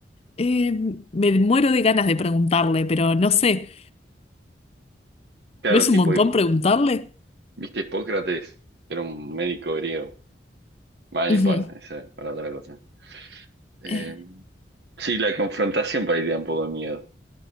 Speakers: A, on the left; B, on the right.
A: Eh, me muero de ganas de preguntarle, pero no sé.
B: Claro,
A: ¿No es
B: tipo,
A: un montón preguntarle?
B: viste, Hipócrates, era un médico griego. Vale,
A: Ujú.
B: no importa, esa es para otra cosa. Eh,
A: Eh,
B: sí, la confrontación para ir un poco de miedo.